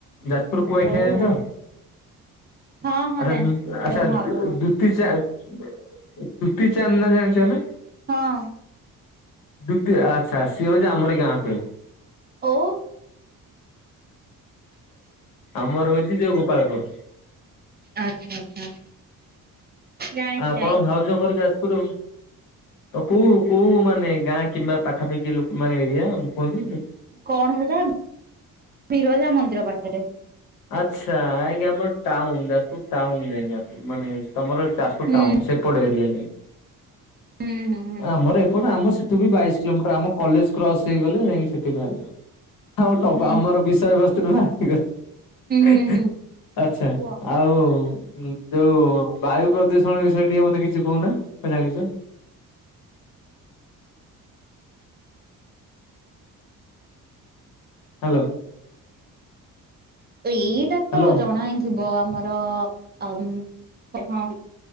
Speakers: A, on the left (about 75°); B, on the right (about 30°).
A: ଯାଜପୁର କୁଆଖିଆ
B: ହଉ।
A: ଜାଣିଛ
B: ହଁ ହଁ
A: ଆଚ୍ଛା
B: ଜାଣିଛି
A: ଯୁ
B: ସେଟା
A: ଆଛା
B: ମୋ ଭାଉଜଙ୍କ
A: ଦୁ ଦୂତୀଚାନ୍ଦ ଦୂତୀଚାନ୍ଦ ନାଁ ଜାଣିଛ ନା?
B: ହଁ।
A: ଦୁତି ଆଚ୍ଛା ସିଏ ହଉଛି ଆମରି ଗାଁ ପିଲା।
B: ଓ।
A: ଆମର ହଉଛି ଯୋଉ ଗୋପାଳପୁର।
B: ଆଚ୍ଛା ଆଚ୍ଛା। ଜାଣିଛି
A: ଆଉ ଆପଣ
B: ଯାଇଛି
A: ଭାଉଜ
B: ଯାଇଛି।
A: ଘର ଯାଜପୁର। କେଉଁ କେଉଁ ମାନେ ଗାଁ କିମ୍ବା ପାଖାପାଖି ଲୋକମାନେ ଏରିଆ କୁହନ୍ତୁ।
B: କଣ ସେଟା ବିରଜା ମନ୍ଦିର ପାଖରେ।
A: ଆଚ୍ଛା ଆଜ୍ଞା ଆଇକି ଆମର ଟାଉନୁ ଯାଜପୁର ଟାଉନ୍ ରେ ହିଁ ଆପ ମାନେ ତମର ଯାଜପୁର
B: ହୁଁ।
A: ଟାଉନ ସେପଟ ଏରିଆରେ।
B: ହୁଁ ହୁଁ
A: ଆମର ଏପଟ ଆମ ସେପ ଏଠୁ ବି ବାଇଶ କିଲୋମିଟର ଆମ କଲେଜ କ୍ରସ ହେଇଗଲେ ଯାଇକି ସେଠି ବାହାରିବ। କଥା ବାର୍ତା ହେବା
B: ହୁଁ ହୁଁ ହୁଁ
A: ଆମର ବିଷୟବସ୍ତୁ ନେବା ଠୀକ ଅଛି। ହେଁ
B: ହୁଁ ହୁଁ
A: ହେଁ
B: ହୁଁ
A: ଆଛା
B: କୁହ।
A: ଆଉ ଯୋଉ ବାୟୁ ପ୍ରଦୂଷଣ ବିଷୟରେ ଟିକେ ମତେ କିଛି କହୁନା ତମେ କଣ ଜାଣିଛ। ହ୍ୟାଲୋ।
B: ଏଇଟା
A: ହ୍ୟାଲୋ
B: ତ ଜଣା ହିଁ ଥିବ ଆମର ଆ କଣ